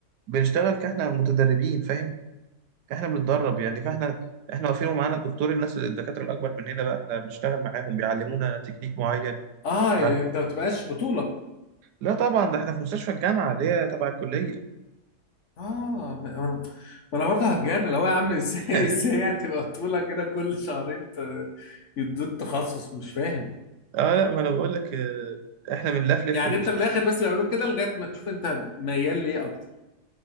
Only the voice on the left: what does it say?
اه
يعني انت ما بتبقاش بطولك
اه ما ما انا ما أنا برضه هتجنن لو يا عم ازاي
<laughs> ازاي يعني تبقى بطولك كده كل شهرين ت- يدوك تخصص مش فاهم
يعني
انت من الاخر بس بيعملوك كده لغايه ما تشوف انت ميال ليه اكتر